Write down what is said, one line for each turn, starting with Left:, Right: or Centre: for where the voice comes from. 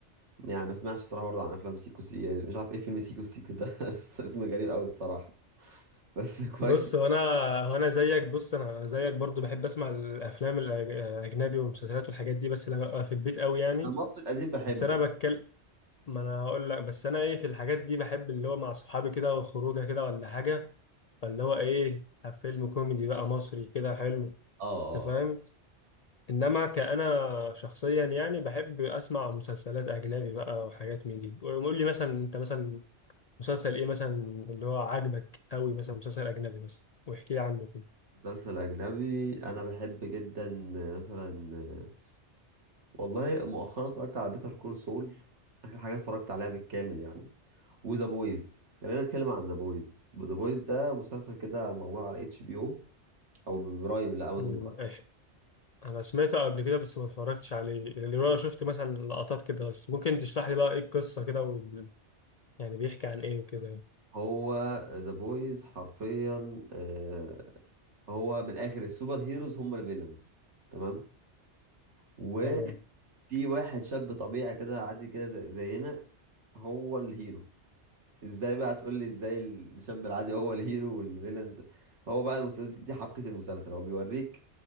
Right: يعني ما سمعتش الصراحه برضه عن افلام سيكو سي يعني مش عارف ايه فيلم سيكو سيكو ده <laughs> اسمه غريب قوي الصراحه بس <laughs> كويس
Left: بص وانا وانا زيك بص انا زيك برضو بحب اسمع الافلام الأج- الاجنبي والمسلسلات والحاجات دي بس لما ابقى في البيت قوي يعني
Right: انا المصري القديم بحبه
Left: بس انا بتكلم ما انا هقول لك بس انا ايه في الحاجات دي بحب اللي هو مع صحابي كده وخروجه كده ولا حاجه فاللي هو ايه فيلم كوميدي بقى مصري كده حلو
Right: اه
Left: انت فاهم
Right: اه
Left: انما كأنا شخصيا يعني بحب اسمع مسلسلات اجنبي بقى وحاجات من دي ويقول لي مثلا انت مثلا مسلسل ايه مثلا اللي هو عاجبك قوي مثلا مسلسل اجنبي مثلا واحكي لي عنه كده
Right: مسلسل اجنبي انا بحب جدا آه، مثلا آه، والله مؤخرا اتفرجت على بيتر كول سول اخر حاجه اتفرجت عليها بالكامل يعني وذا بويز خلينا نتكلم عن ذا بويز ذا بويز ده مسلسل كده معمول على اتش بي او او برايم لا امازون
Left: امم
Right: برايم
Left: إيه. انا سمعته قبل كده بس ما اتفرجتش عليه اللي هو شفت مثلا لقطات كده بس ممكن تشرح لي بقى ايه القصه كده وال... يعني بيحكي عن ايه وكده يعني.
Right: هو ذا بويز حرفيا آه، هو بالاخر السوبر هيروز هم الفيلنز تمام وفي
Left: تمام
Right: واحد شاب طبيعي كده عادي كده زي- زينا هو الهيرو ازاي بقى تقول لي ازاي الشاب العادي هو الهيرو والفيلنز هو بقى المسلسل دي, دي حبكة المسلسل هو بيوريك